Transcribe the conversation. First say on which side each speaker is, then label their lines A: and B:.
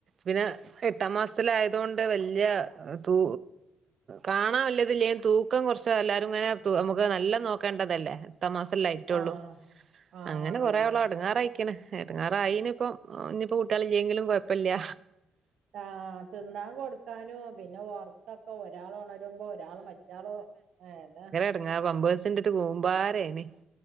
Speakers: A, on the right (about 50°); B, on the right (about 70°).
A: പിന്നെ എട്ടാം മാസ്ത്തിലായ്തോണ്ട് വെല്ല്യെ തൂ കാണാവല്യത് ഇലേലും തൂക്കം കൊർച്ച് എല്ലാരുംങ്ങനെ നമുക്ക് നല്ലം നോക്കേണ്ട ഇതല്ലേ ട്ടാ മാസംല്ലെ അയ്റ്റൊള്ളൂ
B: ആഹ് ആഹ്
A: അങ്ങനെ
B: അതന്നെ
A: കൊറേ ഓള്എടങ്ങാറയ്ക്ക്ന് എടങ്ങാറ് ആയിന്പ്പൊ ഇഞ്പ്പൊ കുട്ട്യാള് ഇല്ലെങ്കിലും കൊഴപ്പല്ല്യ
B: ആഹ് തിന്നാൻകൊട്ക്കാനും പിന്നെ ഒർ ക്കൊക്കെ ഒരാളൊണരുമ്പോ ഒരാള് മറ്റാളോ ഏഹ് ട്
A: ന്നട്ട്ങ്ങേ പമ്പേഴ്സ്ന്റൊരു കൂമ്പാരേയ്നി